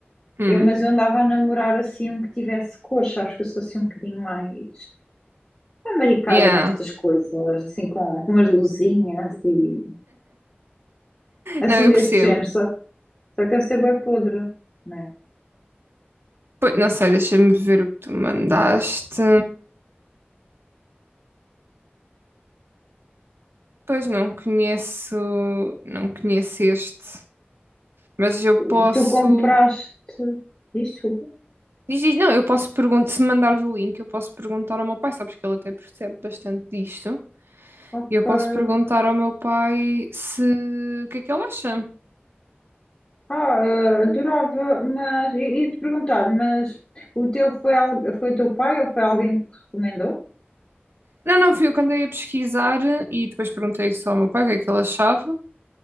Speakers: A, on the right; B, on the left.
A: Hum?
B: Eu, mas eu andava a namorar assim um que tivesse cores, sabes que eu sou assim um bocadinho mais amaricada
A: Yeah.
B: nestas coisas, assim com, com umas luzinhas e assim
A: Não, eu
B: deste
A: percebo.
B: género, só, só que deve ser bem podre, né?
A: Pois, não sei, deixa-me ver o que tu mandaste. Pois não conheço, não conheço este, mas eu posso.
B: O que tu compraste, diz, desculpa,
A: Diz, diz, não, eu posso perguntar, se mandares o link, eu posso perguntar ao meu pai, sabes que ele até percebe bastante disto.
B: ok.
A: E eu posso perguntar ao meu pai se o que é que ele acha.
B: Ah, eh, adorava, mas e te perguntar, mas o teu foi, al- foi o teu pai ou foi alguém que te recomendou?
A: Não, não, fui eu que andei a pesquisar e depois perguntei só ao meu pai o que é que ele achava.